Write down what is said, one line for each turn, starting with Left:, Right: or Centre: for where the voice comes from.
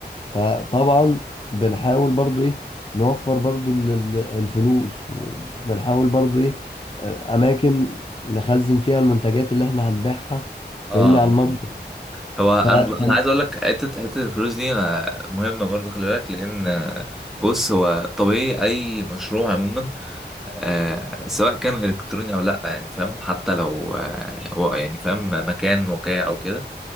Left: فطبعا بنحاول برضو ايه نوفر برضو ال- ال- الفلوس وبنحاول برضو ايه آه، اماكن نخزن فيها المنتجات اللي احنا هنبيعها
Centre: اه
Left: فاهمني على المتجر
Centre: هو انا
Left: فخلي
Centre: انا عايز اقول لك حته حته الفلوس دي أنا مهمه برضه خلي بالك لان آه، بص هو طبيعي اي مشروع عموما آه، سواء كان الكتروني او لا يعني فاهم حتى لو آه، هو يعني فاهم مكان وقع او كده